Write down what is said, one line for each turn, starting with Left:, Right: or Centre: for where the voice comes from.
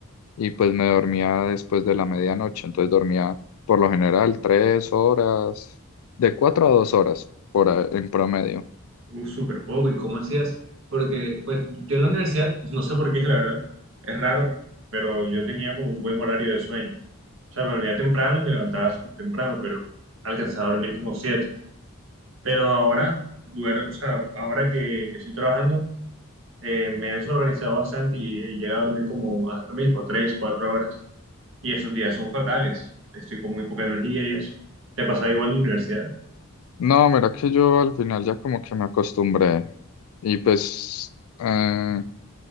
Left: y pues me dormía después de la medianoche, entonces dormía por lo general tres horas, de cuatro a dos horas por a- en promedio.
Right: Uf, súper poco. ¿Y cómo hacías? Porque, pues, yo en la universidad, no sé por qué, <laughs> la verdad, es raro, pero yo tenía como un buen horario de sueño. O sea, me dormía temprano y me levantaba súper temprano, pero alcanzaba a dormir como siete. Pero ahora, duermo, o sea, ahora que, que estoy trabajando, eh, me he desorganizado bastante y he llegado a dormir como a lo mismo, tres, cuatro horas. Y esos días son fatales. Estoy con muy poca energía y eso. ¿Te pasaba igual en la universidad?
Left: No, mira que yo al final ya como que me acostumbré y pues eh,